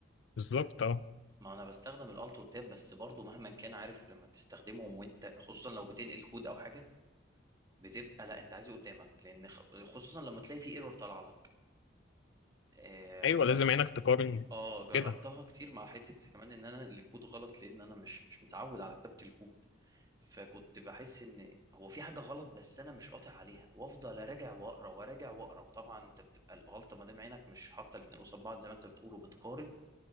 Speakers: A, on the left; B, on the right.
A: بالظبط اه
B: ما انا بستخدم الالت والتاب بس برضو مهما كان عارف لما تستخدمهم وانت خصوصا لو بتنقل كود او حاجه بتبقى لا انت عايزه قدامك لان خ- خصوصا لما تلاقي في ايرور طالعه لك آه
A: ايوه
B: جر...
A: لازم عينك تقارن
B: اه جربتها
A: كده
B: كتير مع حته كمان ان انا الكود غلط لان انا مش مش متعود على كتابه الكود فكنت بحس ان هو في حاجه غلط بس انا مش قاطع عليها وافضل اراجع واقرا وراجع واقرا وطبعا انت بتبقى الغلطه ما دام عينك مش حاطه الاتنين قصاد بعض زي ما انت بتقول وبتقارن